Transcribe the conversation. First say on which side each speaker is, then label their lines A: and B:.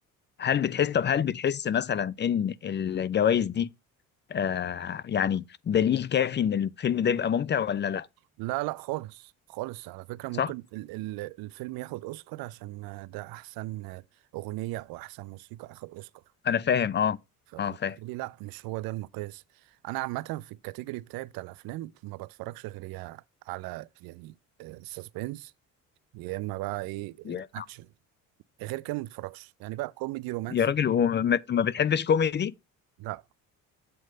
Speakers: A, on the left (about 30°); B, on the right (about 70°).
A: هل بتحس طب هل بتحس مثلا ان الجوائز دي آه يعني دليل كافي ان الفيلم ده يبقى ممتع ولا لا
B: لا لا خالص خالص على فكرة ممكن
A: صح
B: ال ال الفيلم ياخد أوسكار عشان آه، ده أحسن آه، أغنية أو أحسن موسيقى أخد أوسكار
A: انا فاهم اه
B: فبالنسبة
A: اه فاهم
B: لي لا مش هو ده المقياس أنا عامة في الكاتيجوري بتاعي بتاع الأفلام ما بتفرجش غير يا على يعني سسبنس يا اما بقى ايه
A: يا
B: آه، اكشن غير كده ما بتفرجش يعني بقى كوميدي رومانسي
A: يا راجل وما ما بتحبش كوميدي
B: لا